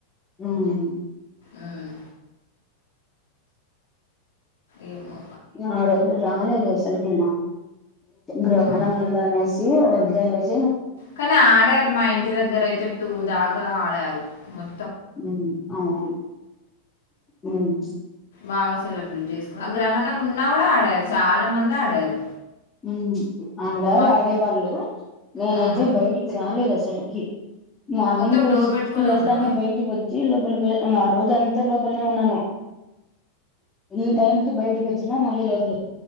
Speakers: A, on the left; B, on the left.
A: ఉమ్
B: ఉమ్, ఎమో
A: ఆ రజ రాలేసలుపి గ్రహణ
B: ఉమ్,
A: ముందనే ఇ వోధు ఆన్
B: కానీ ఆడారు మా ఇంటి దగ్గర అయితే టూ దాకా ఆడారు మ
A: ఉమ్ అవునా ఉమ్
B: బాగా సెలబ్రేట్ చేసుకు ఆ గ్రహణం ఉన్నా కూడా ఆడారు చాలా మంది ఆడారు
A: ఉమ్ ఆడారు
B: మాకు
A: ఆడేవాళ్ళు నేనైతే
B: మ్మ్.
A: బయటికి రాలేదు అసలుకి మార్నింగ్
B: మొత్తం
A: లో
B: డోర్
A: సిక్స్
B: పెట్టుకొనే
A: క లేస్తానే
B: ఉన్నావా
A: బయటికి వచ్చి లోపల ఆ రోజు అంతా లోపలనే ఉన్నాను ఈ టైమ్ కి బయటకి వచ్చినా మళ్ళీలో హలో